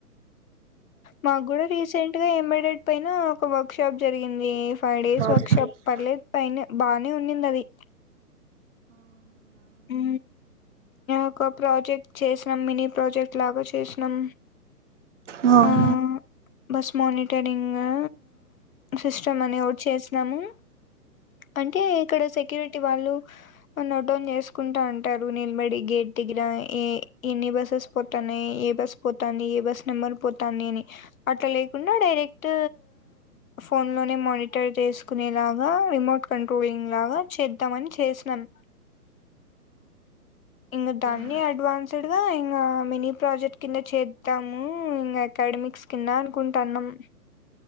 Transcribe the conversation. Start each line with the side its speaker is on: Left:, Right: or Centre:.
Left: మాగ్గుడ రీసెంట్ గా ఎమ్మయిడెట్ పైనా ఒక వర్క్ షాప్ జరిగింది ఫైవ్ డేస్
Right: ఆ
Left: వర్క్ షాప్ పర్లేద్ పైన్నె బానే ఉన్నింది అది హూ ఒక ప్రాజెక్ట్ చేసినం మినీ ప్రాజెక్ట్ లాగా చేసినం
Right: అవునా
Left: ఆ బస్ మానిటరింగా సిస్టమ్ అని ఓట్ చేసినాము అంటే ఇక్కడ సెక్యూరిటీ వాళ్ళు నాట్ డౌన్ చేసుకుంటా అంటారు నిల్బడి గేట్ దగ్గర ఏ ఎన్ని బస్సెస్ పోతన్నయ్ ఏ బస్ పోతంది ఏ బస్ నెంబర్ పోతన్నయ్ అని అట్లా లేకుండా డైరెక్ట్ ఫోన్ లోనే మానిటర్ చేసుకునేలాగా రిమోట్ కంట్రోలింగ్ లాగా చేద్దామని చేసినన్ ఇంగా దాన్ని
Right: ఆ
Left: అడ్వాన్స్డ్ గా ఇంకా మినీ ప్రాజెక్ట్ కింద చేద్దాము ఇంగా అకైడ్మిక్స్ కింద అనుకుంటన్నాం